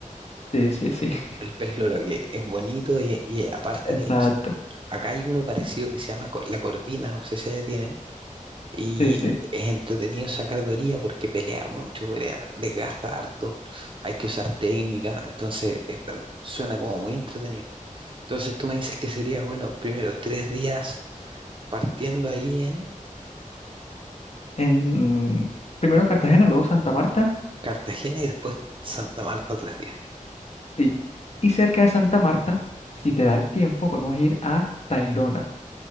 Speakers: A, on the left; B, on the right.
A: Sí, sí, sí.
B: El,
A: <laughs>
B: el pez loro que es bonito y, y aparte
A: Exacto.
B: que es- acá hay uno parecido que se llama co- la corvina, no sé si allá tienen. Y
A: Sí, sí.
B: es entretenido sacar de orilla porque pelea mucho, pelea, desgasta harto, hay que usar técnica, entonces es tam- suena como muy entretenido. Entonces tú me dices que sería bueno primero tres días partiendo ahí en
A: En, primero Cartagena, luego Santa Marta.
B: Cartagena y después Santa Marta tres días.
A: Sí. Y cerca de Santa Marta, si te da el tiempo, podemos ir a Tayrona.